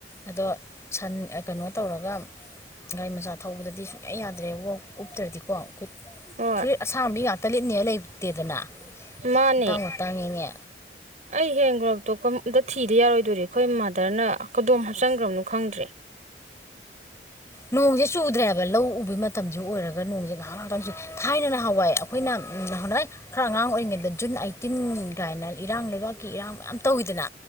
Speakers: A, on the left (about 15°); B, on the right (about 40°).
A: ꯑꯗꯣ ꯁꯟ ꯑꯥ ꯀꯩꯅꯣ ꯇꯧꯔꯒ ꯒꯥꯔꯤ ꯃꯆꯥ ꯊꯧꯕꯗꯗꯤ ꯁꯨꯡꯌꯥ ꯌꯥꯗ꯭ꯔꯦꯕꯣ ꯎꯞꯇ꯭ꯔꯗꯤꯀꯣ
B: ꯍꯣꯏ
A: ꯐꯨꯔꯤꯠ ꯑꯁꯥꯡꯕꯤ ꯉꯥꯛꯇ ꯂꯤꯠꯅꯤ ꯍꯥꯢ ꯂꯩꯇꯦꯗꯅ
B: ꯃꯥꯅꯦ
A: ꯃꯇꯥꯡ ꯃꯇꯥꯡꯒꯤꯅꯤ
B: ꯑꯩ ꯍꯦꯟ ꯒ꯭ꯂꯣꯞꯇꯣ ꯀꯝ ꯑꯝꯇ ꯊꯤꯗ ꯌꯥꯔꯣꯏ ꯑꯗꯨꯗꯤ ꯑꯩꯈꯣꯏ ꯃꯥꯗꯔꯅ ꯀꯗꯣꯝ ꯍꯥꯞꯆꯟꯈ꯭ꯔꯕꯅꯣ ꯈꯪꯗ꯭ꯔꯦ
A: ꯅꯣꯡꯁꯦ ꯆꯨꯗ꯭ꯔꯦ ꯍꯥꯢꯕ ꯂꯧ ꯎꯕꯒꯤ ꯃꯇꯝꯁꯨ ꯑꯣꯏꯔꯒ ꯅꯣꯡꯖꯦ ꯉꯥꯏꯍꯥ ꯉꯥꯏꯍꯥꯛꯇꯪ ꯆꯨꯢ ꯊꯥꯏꯅ ꯅꯍꯥꯋꯥꯏ ꯑꯩꯈꯣꯏꯅ ꯎꯝ ꯅꯍꯥꯟꯋꯥꯢ ꯈꯔ ꯑꯉꯥꯡ ꯑꯣꯏ ꯗ ꯖꯨꯟ ꯑꯥꯏꯠꯇꯤꯟ ꯀꯥꯏꯅ ꯏꯔꯥꯡ ꯂꯩꯕꯥꯛꯀꯤ ꯏꯔꯥꯡ ꯃꯌꯥꯝ ꯇꯧꯋꯤꯗꯅ